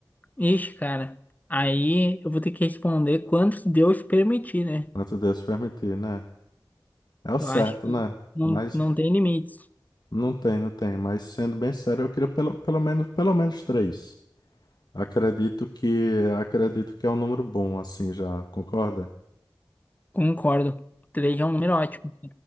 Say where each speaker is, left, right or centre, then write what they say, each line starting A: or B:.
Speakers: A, on the left; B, on the left.
A: Ixi, cara, aí eu vou ter que responder quanto Deus permitir, né?
B: Quanto Deus permitir, né? É o certo,
A: Eu acho que
B: né?
A: não,
B: Mas
A: não tem limites.
B: não tem, não tem. Mas sendo bem sério, eu queria pelo, pelo menos, pelo menos três. Acredito que, acredito que é um número bom, assim, já, concorda?
A: Concordo. Três é um número ótimo.